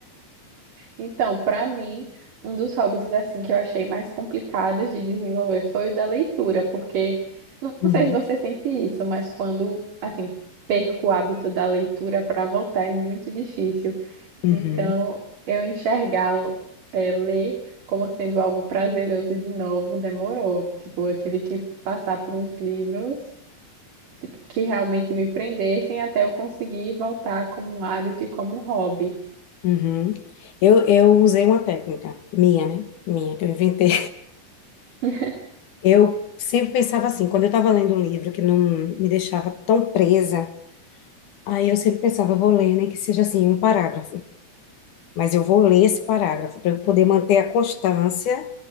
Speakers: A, on the right; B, on the left.
A: Então, para mim, um dos hobbies assim que eu achei mais complicados de desenvolver foi o da leitura, porque não
B: Uhum,
A: sei se você sente isso, mas quando assim perco o hábito da leitura para voltar é muito difícil.
B: uhum,
A: Então, eu enxergá-lo, é, ler como sendo algo prazeroso e de novo demorou. Tipo, eu tive que passar por uns livros, tipo, que realmente me prendessem até eu conseguir voltar como um hábito e como um hobby.
B: uhum. Eu, eu usei uma técnica minha, né? Minha, que eu inventei
A: <laughs>
B: Eu sempre pensava assim, quando eu estava lendo um livro que não me deixava tão presa, aí eu sempre pensava, eu vou ler, nem que seja assim, um parágrafo, mas eu vou ler esse parágrafo para eu poder manter a constância